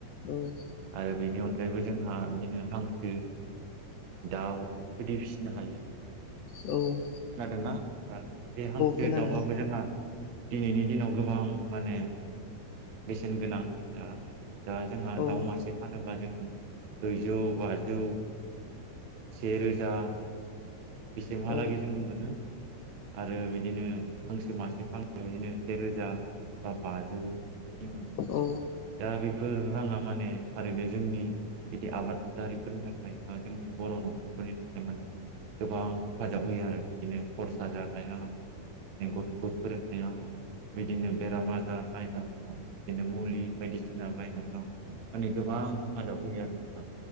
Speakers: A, on the left; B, on the right.
A: औ
B: आरो बेनि अनगायैबो जोंहा बिदिनो हांसो दाउ बेबायदि फिसिनो हायो
A: औ
B: खोनादोंना ओ बे हांसो
A: खोनादों
B: दाउहाबो जोंहा दिनैनि दिनाव गोबां माने बेसेन गोनां ओ दा जोंहा
A: औ
B: दाउ मासे फानोब्ला जों ब्रैजौ बाजौ से रोजा बेसिमहालागै
A: औ
B: जोङो मोनो आरो बिदिनो हांसो मासे <unintelligible> बिदिनो सेे रोजा बा बाजौ बिदि मोनो
A: औ
B: दा बेफोर राङा माने थारैनो जोंनि बिदि आबादारिफोरनि थाखाय बा जोंनि बर' न'खरफोरनि थाखाय माने गोबां हेफाजाब होयो आरो बिदिनो खरसा जानायाव गथ'फोर फोरोंनायाव बिदिनो बेराम आजार नायनायाव बिदिनो मुलि बायदिसिना बायनायाव माने गोबां हेफाजाब होयो आरो नोंथां